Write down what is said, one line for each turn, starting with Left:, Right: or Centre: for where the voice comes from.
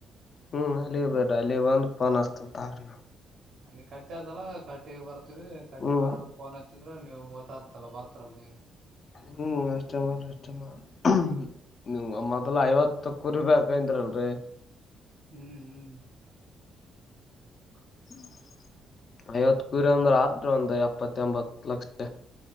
Left: ಹ್ಮ್ ಅಲ್ಲಿ ಬೇಡ್ರ ಅಲ್ಲಿ ಬಂದು ಪೋನ್ ಹಚ್ಚು ಸಾಕು
Right: ಅಲ್ಲಿ ಕಟ್ಟಿ ಅದಲ್ಲ ಕಟ್ಟಿ ಬರ್ತವಿ ಕಟ್ಟಿ
Left: ಹ್ಮ್
Right: ಬರೋಣ ಫೋನ್ ಹಾಚ್ಚ್ ನೀವು ಗೊತ್ತಾತಲ್ಲ ಬರ್ತೀರಲ್ ನೀವು
Left: ಹ್ಮ್ ಅಷ್ಟೇ ಮಾಡ್ ಅಷ್ಟೇ ಮಾಡ್ ನೀವ್ ಮೊದಲು ಐವತ್ತು ಕುರಿ ಬೇಕು ಅಂದಲ್ರಿ
Right: ಹ್ಮ್ ಹ್ಮ್
Left: <inaudible> ಐವತ್ ಕುರಿ ಅಂದ್ರೆ ಆದರು ಒಂದು ಎಪ್ಪತ್ತ ಎಂಬತ್ ಲಕ್ಷ